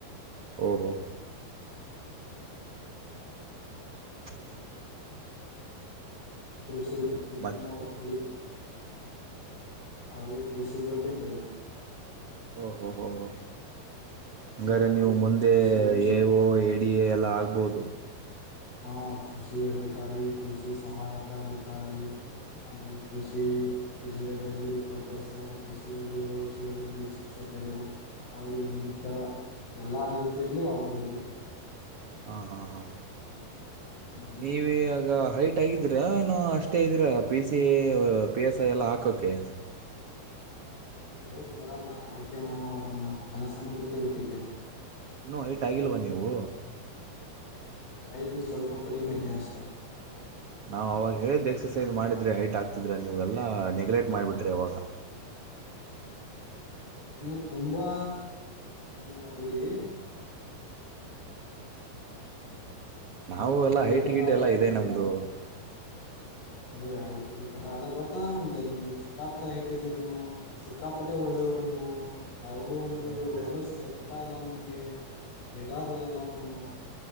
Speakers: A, on the right; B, on the left.
A: ಹ ಹ <inaudible>
B: ಕಷಿ ಅತ್ಯುತ್ತಮ
A: ಮತ್ತು
B: ಕ್ಲಿಪ್ ಆಗೇ ಕೃಷಿ ಬಗೆ ತೆವೆ
A: ಹ ಓ ಹೋ ಹ ಹ ಹಂಗಾರೆ
B: ಮತ್ತೆ
A: ನೀವು ಮುಂದೆ
B: ಕೃಷಿ
A: ಎ ಓ ಎಡಿ ಎ ಎಲ್ಲ ಆಗ ಹೌದು
B: ಹಾ ಕೃಷಿ ಅಧಿಕಾರಿ ಕೃಷಿ ಸಹಾಯಕ ಅಧಿಕಾರಿ ಹಾಗೆ ಕೃಷಿ ವಿಷಯದಲ್ಲಿ ಪ್ರೊಫೆಸರ್ ಕೃಷಿ ವಿಧ ವಿಷಯದಲ್ಲಿ ಶಿಕ್ಷಕರು ಹಾಗೆ ಇನ್ನಿತರ ಎಲ್ಲ ರೀತಿಯಲ್ಲೂ ಆಗ್ಬಹದು
A: ಹಾ ಹಾ ಹಾ
B: ಹ್ಮ್
A: ನೀವಿಗ ಹೈಟ್ ಆಗಿದೀರ ಅಷ್ಟೇ ಇದೀರ P C A P S I ಎಲ್ಲ ಹಾಕೋಕ್ಕೆೆ
B: ಮುಂದೆ ಐಟ್ ಬರಲ್ಲ ಅದಕ್ಕೆ ನಾವು ಅದನ್ನ ಕನಸನ್ನು ಬಿಟ್ಟು ಬಿಟ್ಟಿದ್ದೇವೆ
A: ಇನ್ನುೂ ಹೈಟ್ ಆಗಿಲ್ವಾ ನೀವು
B: ಹೈಟು ಸ್ವಲ್ಪ ಕಡಿಮೆ ಇದೆ ಅಷ್ಟೆ
A: ನಾವು ಅವವಾಗ ಹೇಳಿದ್ದು ಎಕ್ಸಸೈಸ್ ಮಾಡಿದ್ರೆ ಹೈಟ್ ಆಗ್ತಿದ್ರೆ ನೀವುಗೆಲ್ಲ ನೆಗ್ಲೆಕ್ಟ್ ಮಾಡಿಬಿಟ್ರಿ ಅವಾಗ
B: ನೀವು ತುಂಬಾ ಏನಿಲ್ಲ ಬಿಡಿ
A: ನಾವು
B: ಮತ್ತೆ
A: ಎಲ್ಲಾ ಹೈಟ
B: ಊಟ ಎಲ್ಲ
A: ಗಿಟ್
B: ಆಯ್ತಾ
A: ಎಲ್ಲಾ ಇದೆ
B: ನಿಮ್ದು
A: ನಮ್ದು
B: ಅದೇ ಐಟ ಗಿಟ್ ಎಲ್ಲಾ ಅದ ಗೊತ್ತದ ನಮ್ದೆ ನಿಮ್ದು ಸಿಕ್ಕಾಪಟೆ ಐಟ್ ಇದೀರಿ ನೀವು ಸಿಕ್ಕಾಪಟೆ ಒಳ್ಳೇವರು ನೀವು ಯಾವುದೋ ಒಂದು
A: ಅದೇ ಅದೇ
B: ಹೊಲಸ್ ಚಟ ಇಲ್ಲ ನಿಮಗೆ ಹಾಗೆ ಬೇಗಳ ಬೇಯಲ್ಲ ನೀವು